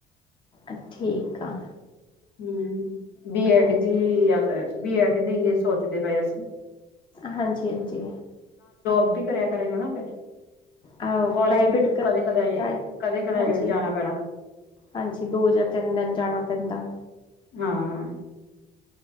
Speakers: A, on the left; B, on the left.
A: ਅ ਠੀਕ ਆ
B: ਹਮ ਹਮ ਬੀ ਐਡ
A: ਹਾਂਜੀ
B: ਦੀ ਵੀ ਐਡ ਦੀ ਇਹ ਸੋਚਦੇ ਪਏ ਸੀ
A: ਹਾਂਜੀ, ਹਾਂਜੀ।
B: ਓ ਵੀ ਕਰਿਆ ਕਰੇਗਾ ਨਾ। ਫਿਰ,
A: ਅ
B: ਕਾਲਜ
A: ਪ੍ਰਾਈਵੇਟ
B: ਵੀ
A: ਕ
B: ਕਦੇ ਕਦਾਏ
A: ਹ
B: ਕਦੇ ਕਦਾਏ
A: ਹਾਂਜੀ
B: ਜਾਣਾ ਪੈਣਾ,
A: ਹਾਂਜੀ ਦੋ ਜਾਂ ਤਿੰਨ ਦਿਨ ਜਾਣਾ। ਪੈਂਦਾ।
B: ਹਾਂ।